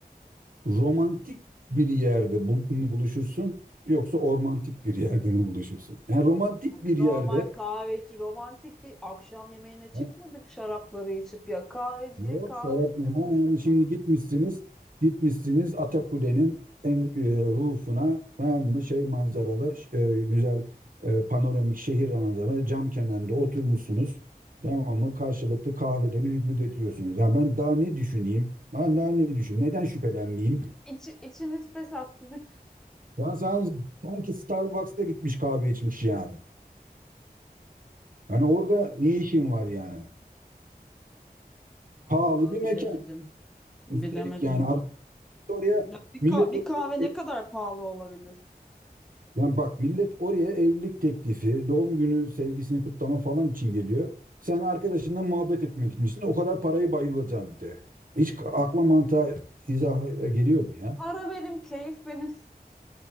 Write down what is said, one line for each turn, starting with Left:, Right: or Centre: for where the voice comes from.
Right: romantik bir yerde bul- mi buluşursun yoksa ormantik bir yerde mi buluşursun? Yani romantik
Centre: Abi
Right: bir
Centre: normal
Right: yerde
Centre: kahveci romantik bir akşam yemeğine çıkmadık
Right: Ha,
Centre: şarapları içip ya kahveciye
Right: yok
Centre: kahvede
Right: Serap ha,
Centre: buluştuk
Right: yani şimdi
Centre: ya.
Right: gitmişsiniz gitmişsiniz Atakule'nin en e, rufuna tamam mı şey manzaralı ş- e, güzel e, panoramik şehir manzaralı cam kenarında oturmuşsunuz tamam mı karşılıklı kahveleri hübüt ediyorsunuz. Ya ben daha ne düşüneyim? Ben daha ne düşüneyim? Neden şüphelenmeyeyim?
Centre: İç, içiniz pes sizin.
Right: Ya sen- sanki Starbucks'ta gitmiş kahve içmiş yani. Hani orada ne işin var yani?
Centre: Vallahi
Right: Pahalı bir
Centre: bilemedim.
Right: mekan
Centre: Bilemedim.
Right: üstelik yani adam oraya
Centre: Ya bir,
Right: millet
Centre: ka- bir
Right: oraya
Centre: kahve
Right: ev-
Centre: ne kadar pahalı olabilir?
Right: yani bak millet oraya evlilik teklifi, doğum günü sevgisini kutlama falan için geliyor. Sen arkadaşınla muhabbet etmek içinsin. O kadar parayı bayılacaksın bir de. Hiç akla mantığa izah geliyor mu ya?
Centre: Para benim, keyif benim.